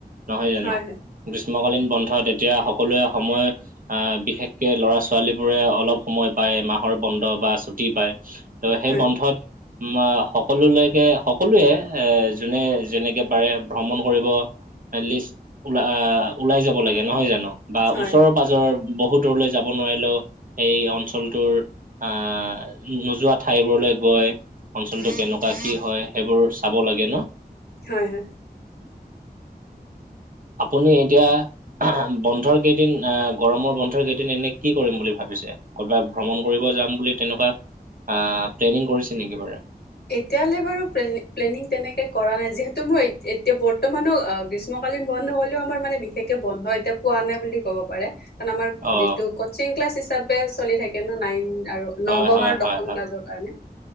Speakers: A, on the right (about 60°); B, on the left (about 80°).
A: নহয় জানো
B: হয়
A: গ্ৰীষ্মকালীন বন্ধত এতিয়া সকলোৱে সময় আহ বিশেষকে ল'ৰা-ছোৱালী বোৰে অলপ সময় পায়, মাহৰ বন্ধ বা ছুটি পায় ত সেই
B: হয়
A: বন্ধত উম আ সকলোলৈকে সকলোৱে এ যোনে যেনেকে পাৰে ভ্ৰমণ কৰিব এটলিষ্ট ওলা আ ওলাই যাব লাগে নহয় জানো বা
B: হয়
A: ওচৰৰ পাজৰৰ বহু দূৰলৈ যাব নোৱাৰিলেও এই অঞ্চলটোৰ আহ নো নোযোৱাত ঠাইবোৰলে গৈ অঞ্চলটো কেনেকুৱা কি হয়, সেইবোৰ চাব লাগে ন
B: হয় হয়,
A: আপুনি এতিয়া আহ বন্ধৰ কেইদিন আ গৰমৰ বন্ধৰ কেইদিন এনে কি কৰিম বুলি ভাবিছে কৰ'বাত ভ্ৰমণ কৰিব যাম বুলি তেনেকুৱা আহ প্লেনিং কৰিছে নেকি বাৰু
B: এতিয়ালে বাৰু প্লে প্লেনিং তেনেকে কৰা নাই যিহেতু মই এতিয়া বৰ্তমানো আ গ্ৰীষ্মকালীন বন্ধ হ'লেও আমাৰ মানে বিশেষকে বন্ধ এতিয়া পোৱা নাই বুলি ক'ব পাৰে কাৰণ আমাৰ
A: অ
B: যিটো কচিং ক্লাছ হিচাপে চলি থাকে ন, নাইন আৰু
A: হয়
B: নৱম
A: হয়
B: আৰু
A: হয়
B: দশম
A: হয়
B: ক্লাছৰ কাৰণে